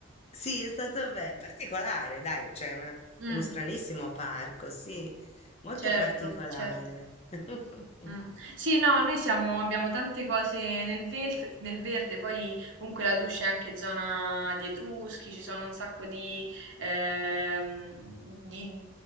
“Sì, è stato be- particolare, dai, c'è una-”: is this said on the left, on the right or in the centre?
Left